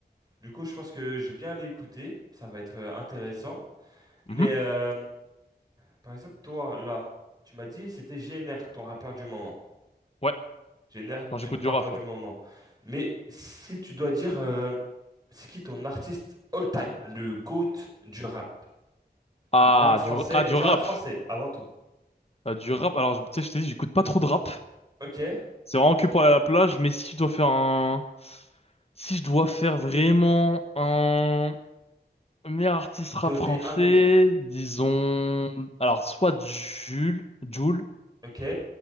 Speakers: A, on the right; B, on the left.
A: Du coup, je pense que je vais bien aller écouter. Ça va être euh, intéressant. Mais,
B: Mhm.
A: euh, par exemple, toi, là, tu m'as dit, c'était GNR, ton rappeur du moment.
B: Ouais,
A: J'ai l'air du
B: quand j'écoute du
A: temps,
B: rap,
A: pas du
B: ouais.
A: moment. Mais si tu dois dire, euh, c'est qui ton artiste all-time, le GOAT du rap?
B: Ah,
A: Du rap français,
B: du, ah, du
A: du
B: rap.
A: rap français, avant tout.
B: Ah, du rap, alors, je- tu sais, je t'ai dit, j'écoute pas trop de rap.
A: Ok?
B: C'est vraiment que pour aller à la plage, mais si je dois faire un... Si je dois faire vraiment un meilleur artiste
A: Donner
B: rap français,
A: un nom, ouais.
B: disons... Alors, soit Jules, Jules
A: Ok?